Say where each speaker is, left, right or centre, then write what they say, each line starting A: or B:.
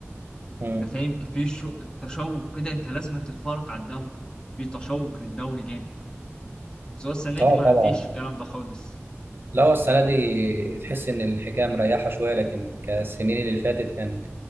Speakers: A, on the right; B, on the left.
A: مم.
B: انت فاهم في شو... تشوق كده انت لازم تتفرج على الدوري في تشوق للدوري جامد بس هو السنة دي
A: آه،
B: ما
A: طبعا
B: فيش الكلام ده خالص
A: لا هو السنة دي تحس إن الحكاية مريحة شوية لكن كالسنين اللي فاتت كان